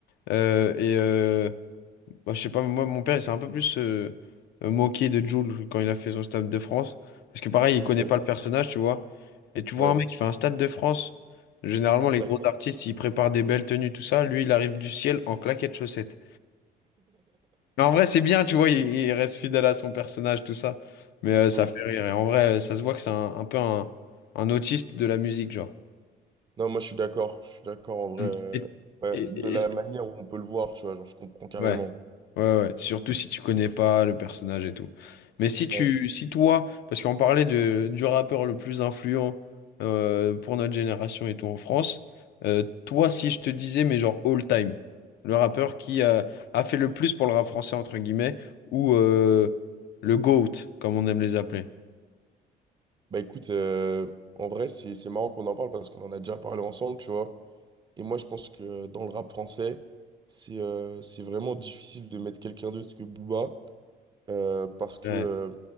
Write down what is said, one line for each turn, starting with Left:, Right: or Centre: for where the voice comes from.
Left: Euh, et, euh, Bah, je sais pas, mais moi, mon père, il s'est un peu plus euh, euh, moqué de Jules quand il a fait son Stade de France. Parce que pareil, il
Right: Ok.
Left: connaît pas le personnage, tu vois. Et tu vois
Right: Ouais,
Left: un mec qui fait un Stade de France. Généralement,
Right: on
Left: les
Right: claque.
Left: gros artistes, ils préparent des belles tenues, tout ça. Lui, il arrive du ciel en claquettes chaussettes. Mais en vrai, c'est bien, tu vois, il, il reste fidèle à son personnage, tout ça. Mais euh, ça
Right: Hmm.
Left: fait
Right: <laughs>
Left: rire. Et en vrai, euh, ça se voit que c'est un, un peu un, un autiste de la musique, genre.
Right: Non, moi, je suis d'accord. Je suis d'accord, en vrai.
Left: Mm.
Right: euh,
Left: Et,
Right: ouais,
Left: Et,
Right: de la
Left: et-
Right: manière où on peut le voir, tu vois, genre, je comprends carrément.
Left: Ouais, ouais, ouais. Surtout si tu connais pas le personnage et tout. Mais si tu,
Right: Ouais.
Left: si toi, parce qu'on parlait de, du rappeur le plus influent euh, pour notre génération et tout en France, euh, toi, si je te disais, mais genre all time, le rappeur qui a, a fait le plus pour le rap français, entre guillemets, ou euh, le GOAT, comme on aime les appeler.
Right: Bah, écoute, euh, en vrai, c'est c'est marrant qu'on en parle parce qu'on en a déjà parlé ensemble, tu vois. Et moi, je pense que dans le rap français, c'est euh, c'est vraiment difficile de mettre quelqu'un d'autre que Booba. Euh, parce que
Left: Ouais.
Right: euh,